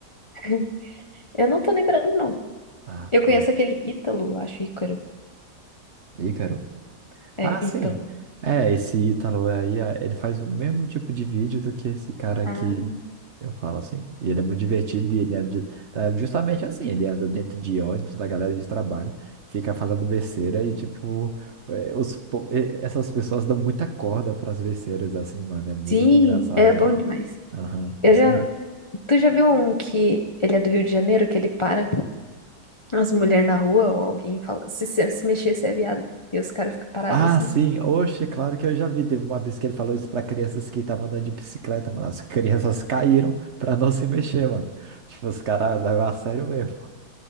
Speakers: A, on the left; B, on the right.
A: <laughs> Eu não tô lembrando, não.
B: Ah,
A: Eu
B: foi.
A: conheço aquele Ítalo, eu acho, Ícaro.
B: Ícaro.
A: É,
B: Ah, sim.
A: Ítalo.
B: É, esse Ítalo é aí, ah, ele faz o mesmo tipo de vídeo do que esse cara
A: Ah.
B: que eu falo assim. E ele é muito divertido e ele é de- é justamente assim, ele anda dentro de ônibus da galera de trabalho, fica falando besteira e tipo, é, os po- é, essas pessoas dão muita corda para as besteiras assim, mano, é muito
A: Sim,
B: engraçado,
A: é bom
B: mano.
A: demais.
B: Aham, gosto
A: Eu já... Tu já viu um que ele é do Rio de Janeiro, que ele para As mulheres na rua ou alguém fala, se, se, se mexer, você é viado. E os caras ficam parados
B: Ah,
A: assim.
B: sim. Oxe, claro que eu já vi. Teve uma vez que ele falou isso pra crianças que estavam andando de bicicleta, mano. As crianças caíram pra não se mexer, mano. Tipo, os caras levam a sério mesmo.